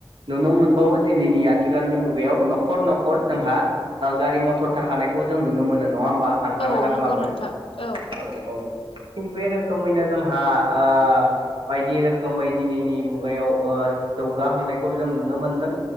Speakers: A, on the right (about 70°); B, on the left (about 75°).
A: नुनो मोनबावो दिनैनि आथिखालनि मुगायाव न'खर न'खर जोंहा ओ गारि-मथर थाखानायखौ जों नुनो मोनो नङा होबा हान्था-मेला
B: औ नंगौ
A: खालामनो।
B: नोंथां औ
A: औ औ थिग बे रोखोमैनो जोंहा ओ बायदि रोखोमै दिनैनि मुगायाव ओ जौगाहांनायखौ जों नुनो मोनदों।